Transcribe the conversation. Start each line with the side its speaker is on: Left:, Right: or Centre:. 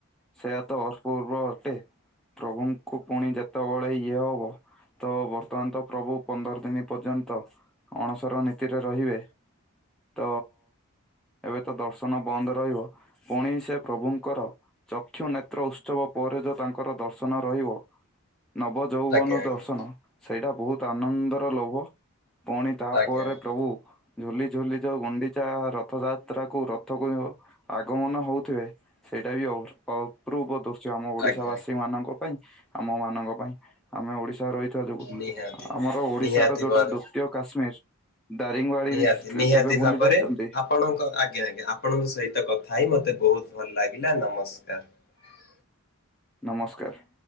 Centre: ସେଇଆ ତ ଅପୂର୍ବ ଅଟେ, ପ୍ରଭୁଙ୍କୁ ପୁଣି ଯେତେବେଳେ ଇଏ ହବ ତ ବର୍ତ୍ତମାନ ତ ପ୍ରଭୁ ପନ୍ଦର ଦିନ ପର୍ଯ୍ୟନ୍ତ ଅଣସର ନୀତିରେ ରହିବେ। ତ ଏବେ ତ ଦର୍ଶନ ବନ୍ଦ ରହିବ, ପୁଣି ସେ ପ୍ରଭୁଙ୍କର ଚକ୍ଷୁ ନେ ତ୍ର ଉତ୍ସବ ପରେ ଯୋ ତାଙ୍କର ଦର୍ଶନ ରହିବ, ନବଯୌବନ
Left: ଆଜ୍ଞା ଆଜ୍ଞା
Centre: ଦର୍ଶନ ସେଇଟା ବହୁତ ଆନନ୍ଦର ଲୌହ, ପୁଣି ତାପରେ
Left: ଆଜ୍ଞା।
Centre: ପ୍ରଭୁ ଝୁଲି ଝୁଲି ଯୋଉ ଗୁଣ୍ଡିଚା ରଥଯାତ୍ରାକୁ ରଥକୁ ଆଗମନ ହଉଥିବେ ସେ ସେଇଟା ବି ଅଉ ଅଉ ପୂର୍ବ ଦୃଶ୍ୟ ଆମ ଓଡିଶାବାସୀ
Left: ଆଜ୍ଞା ଆଜ୍ଞା
Centre: ମାନଙ୍କ ପାଇଁ, ଆମ ମାନଙ୍କ ପାଇଁ, ଆମେ ଓଡି ଶା ରହିଥିବା ଯୋଗୁ
Left: ନିହାତି
Centre: ଆମର ଓଡିଶାର
Left: ନିହାତି
Centre: ଯୋଉଟା
Left: ଭାବରେ
Centre: ଦୁତୀୟ କାଶ୍ମୀର ଦାରିଙ୍ଗବାଡି
Left: ନିହାତି
Centre: ବି
Left: ନିହାତି
Centre: କେବେ ବୁଲି
Left: ଭାବରେ
Centre: ଯାଇଛନ୍ତି
Left: ଆପଣଙ୍କ ଆଜ୍ଞା ଆଜ୍ଞା ଆପଣଙ୍କ ସହିତ କଥା ଥାଇ ମୋତେ ବହୁତ ଭଲ ଲାଗିଲା ନମସ୍କାର।
Centre: ନମସ୍କାର।